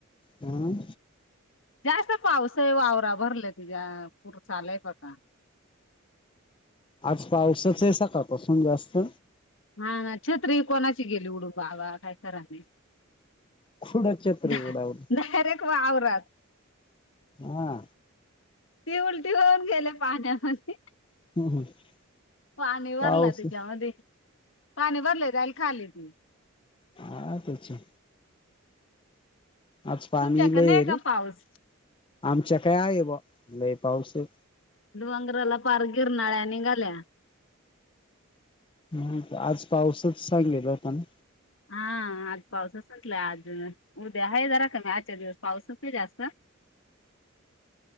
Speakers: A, on the left; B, on the left.
A: हम्
B: जास्त पाऊसय वावरा भरला तिच्या पूरच आलंय बघा.
A: आज पाऊसचय सकाळपासून जास्त.
B: हा ना, छत्री हि कोणाची गेली उडून बाबा काही खर नाही.
A: कुडं छत्री
B: <unintelligible>
A: उडावलं
B: डायरेक्ट वावरात
A: हा
B: ती उलटी होऊन गेले पाण्यामध्ये.
A: <unintelligible>
B: पाणी भरला
A: पाऊस
B: तीच्यायामध्ये, पाणी भरलय जाईल खाली ती.
A: हा तेचय. आज पाणी
B: तुमच्याकडे
A: लय
B: नाही
A: हे रे,
B: का पाऊस
A: आमच्या क हाय बॉ लय पाऊस हे.
B: डोंगराला पार गिरणाळ्या नींघाल्या
A: ह, आज पाऊसच सांगेल होता ना.
B: हा आज पाऊसच सुटलाय आज, उदया आहे जरा कमी आजच्या दिवस पाऊसच नाही जास्त.
A: <inaudible>